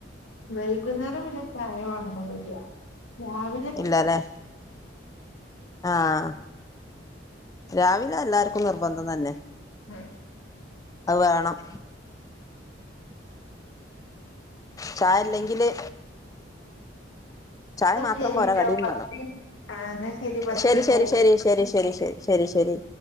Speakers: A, on the left; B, on the left.
A: വൈകുന്നേരം പിന്നൊര് ചായ വെണോന്ന് ഒന്നൂല്ല്യ രാവി
B: ഇല്ലാലെ ആഹ് രാവില എല്ലാർക്കും നിർബന്ധം തന്നെ
A: ആഹ്
B: അഹ് വേണം ചായല്ലെങ്കില് ചായ
A: എന്നാ
B: മാത്രം
A: ശരിട്ടോ
B: പോരാ കടിയും
A: പത്ത്
B: വേണം
A: ആഹ് എന്നാ പത്ത്
B: ശരി
A: മിനിറ്റായി
B: ശരി ശരി ശരി ശരി ശരി ശരി ശരി